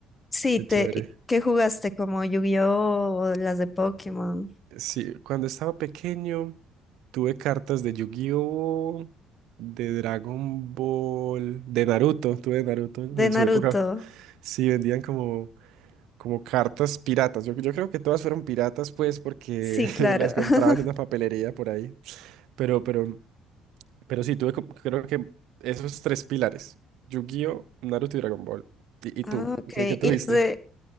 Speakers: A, on the left; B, on the right.
A: Sí,
B: Qué
A: te,
B: chévere.
A: ¿qué jugaste? ¿Como Yu-Gi-Oh o las de Pokémon?
B: Sí, cuando estaba pequeño tuve cartas de Yu-Gi-Oh, de Dragon Ball, de Naruto, tuve Naruto en
A: De
B: en
A: Naruto.
B: su época. Sí, vendían como, como cartas piratas. Yo, yo creo que todas fueron piratas, pues, porque
A: Sí, claro.
B: <laughs> las compraban
A: <laughs>
B: en una papelería por ahí. Pero, pero, pero sí, tuve co- creo que esos tres pilares. Yu-Gi-Oh, Naruto y Dragon Ball. ¿Y, y
A: Ah,
B: tú?
A: ok.
B: ¿Qué, qué tuviste?
A: ¿Y las de,